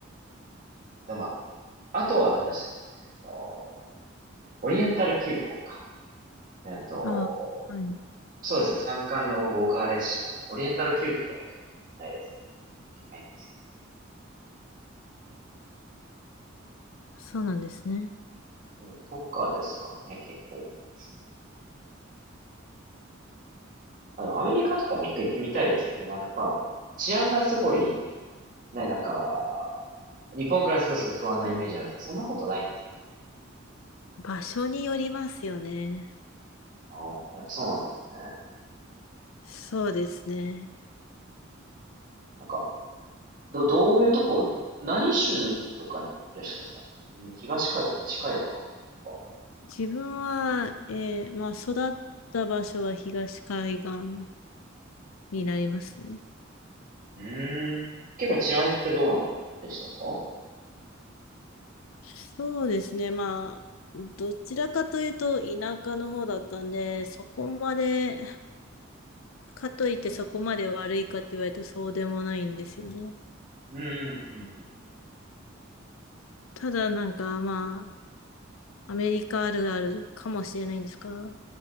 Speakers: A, on the right; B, on the left.
A: でもまあ、あとは何でしたっけね、えっと、オリエンタル急行か。えっと、
B: ああ、はい。
A: そうですね、山間の豪華列車のオリエンタル急行は行きたいです。高いんですけ
B: そうなんですね。
A: ど、うんとかですかね、結構思うんです。あの、アメリカとかも一回行ってみたいですけど、なんかやっぱ、治安がすごい、ね、なんか、日本からするとすごい不安なイメージなんですけど、そんなことないんですかね。
B: 場所によりますよね。
A: ああ、やっぱそうなんですね。
B: そうですね。
A: なんか、ど、どういうとこ、何州とかにいらっしゃったんですかに東海岸、西海岸とか。
B: 自分は、えーまあ、育った場所は東海岸になりますね。
A: うんうんうーん。結構治安ってどうなんでしたか
B: そうですね。まあ、どちらかというと田舎の方だったんで、そこまで、かといってそこまで悪いかって言われたらそうでもないんですよね。
A: うん、うん、うん、うん。うん
B: ただなんかまあ、アメリカあるあるかもしれないんですが、